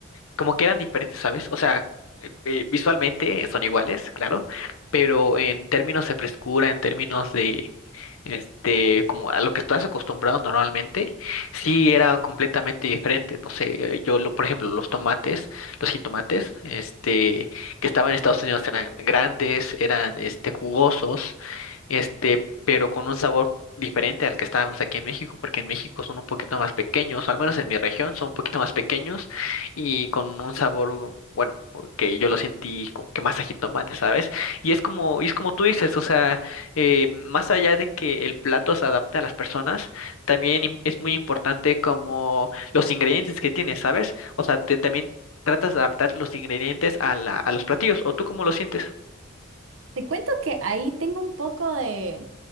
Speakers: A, on the left; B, on the right.
A: como que eran diferentes, ¿sabes? O sea, eh, eh, visualmente son iguales, claro, pero en términos de frescura, en términos de este, como a lo que estás acostumbrado normalmente, sí era completamente diferente. No sé, yo, lo, por ejemplo, los tomates, los jitomates, este, que estaban en Estados Unidos eran grandes, eran, este, jugosos, este, pero con un sabor diferente al que estábamos aquí en México, porque en México son un poquito más pequeños, o al menos en mi región son un poquito más pequeños y con un sabor, bueno, que yo lo sentí como que más a jitomate, ¿sabes? Y es como, y es como tú dices, o sea, eh, más allá de que el plato se adapte a las personas, también im- es muy importante como los ingredientes que tienes, ¿sabes? O sea, te, también tratas de adaptar los ingredientes a la, a los platillos, ¿o tú cómo lo sientes?
B: Te cuento que ahí tengo un poco de,